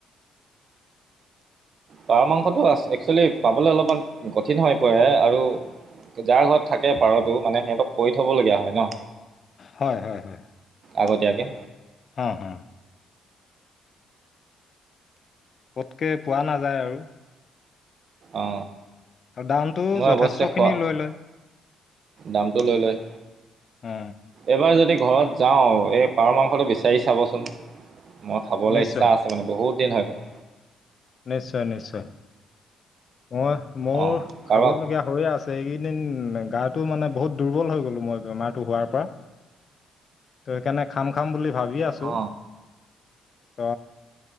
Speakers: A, on the right; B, on the left.
A: পাৰ মাংসটো একচুৱেলি পাবলৈ অলপমান কঠিন হৈ পৰে আৰু যাৰ ঘৰত থাকে পাৰতো মানে সিহঁতক কৰি থব লগীয়া হয় ন
B: হয় হয় হয়
A: আগতীয়াকৈ
B: হ হ পতকে পোৱা নাযায় আৰু
A: অ
B: আৰু দামটো
A: মই
B: যথেষ্টখিনি
A: অৱশ্যে খোৱা
B: লৈ লয়
A: দামটো লৈ লয়
B: অ
A: এইবাৰ যদি ঘৰত যাওঁ এই পাৰ মাংসটো বিচাৰি চাবচোন মই খাবলৈ
B: নিশ্চয়
A: ইচ্ছা আছে মানে বহুত দিন হৈ গ'ল
B: নিশ্চয় নিশ্চয় মই মোৰ
A: অঁ কাৰোবাক
B: খাবলগীয়া হৈ আছে এইকেইদিন গাটো মানে বহুত দুৰ্বল হৈ গলো মই বেমাৰটো হোৱাৰ পৰা। ত সেইকাৰণে খাম খাম বুলি ভাবি আছো
A: অ
B: ত